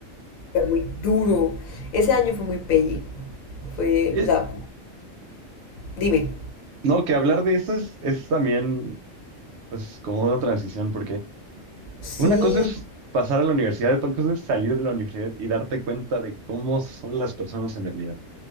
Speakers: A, on the left; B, on the right.
A: fue muy duro. Ese año fue muy pelli, fue,
B: Eh,
A: o sea, dime,
B: no, que hablar de eso es, es también, pues, como una transición, porque
A: sí,
B: una cosa es pasar a la universidad, otra cosa es salir de la universidad y darte cuenta de cómo son las personas en realidad.